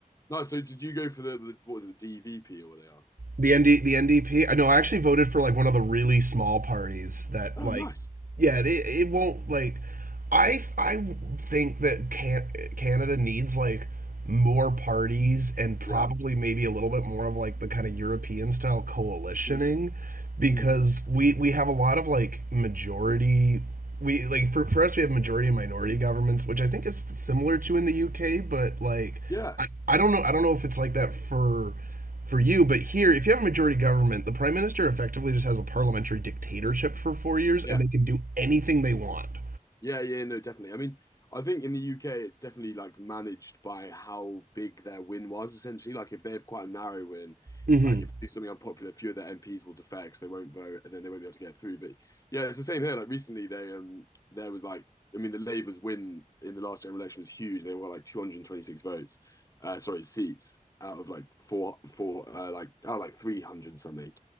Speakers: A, on the left; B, on the right.
A: no. So did you go for the, the what was it the DVP or what they are?
B: The ND the NDP. I know I actually
A: Yeah.
B: voted for like one of the really small parties that
A: Oh,
B: like
A: nice.
B: yeah, it, it won't like I I think that can, Canada needs like more parties and probably
A: Yeah.
B: maybe a little bit more of like the kind of European style coalitioning
A: Mm,
B: because
A: mm.
B: we we have a lot of like majority we like for, for us we have majority and minority governments which I think is similar to in the UK but like
A: Yeah.
B: I, I don't know I don't know if it's like that for for you. But here, if you have a majority government, the prime minister effectively just has a parliamentary dictatorship for four years,
A: Yeah.
B: and they can do anything they want.
A: Yeah, yeah, no, definitely. I mean, I think in the UK it's definitely like managed by how big their win was essentially. Like if they have quite a narrow win,
B: hmm
A: like if they do something unpopular, a few of their MPs will defect, 'cause they won't vote, and then they won't be able to get through. But yeah, it's the same here. Like recently, they um there was like I mean the Labour's win in the last general election was huge. They won like 226 votes, uh sorry seats out of like four four uh like out of like 300 something.